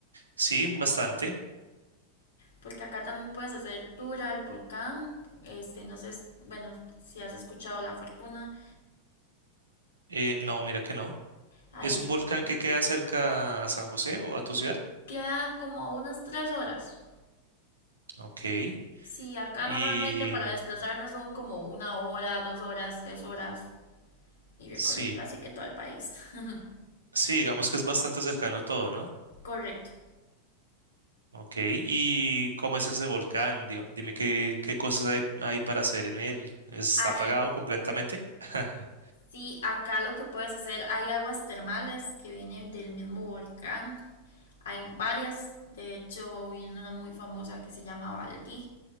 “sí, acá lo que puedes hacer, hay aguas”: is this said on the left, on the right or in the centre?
Left